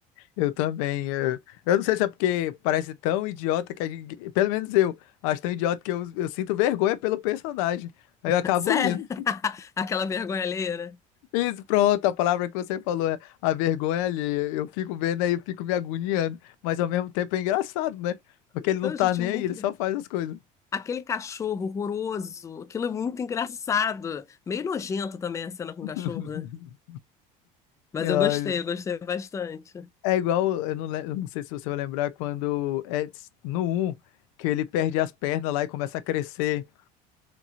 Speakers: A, on the left; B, on the left.
A: eu também. Eu, eu não sei se é porque parece tão idiota que a gente, pelo menos eu, acho tão idiota que eu, eu sinto vergonha pelo personagem. Aí
B: <laughs>
A: eu acabo
B: Sério?
A: rindo.
B: <laughs> Aquela vergonha alheia, né?
A: Isso, pronto, a palavra que você falou é a vergonha alheia. Eu fico vendo aí, eu fico me agoniando. Mas ao mesmo tempo é engraçado, né? Porque
B: Então,
A: ele não tá
B: gente,
A: nem
B: muito.
A: aí, ele
B: engra-
A: só faz as coisas.
B: Aquele cachorro horroroso, aquilo é muito engraçado. Meio nojento também a cena com
A: <laughs>
B: o cachorro, né? Mas
A: Ai,
B: eu gostei, eu gostei bastante.
A: É igual, eu não, lem- eu não sei se você vai lembrar quando é s- no um que ele perde as pernas lá e começa a crescer.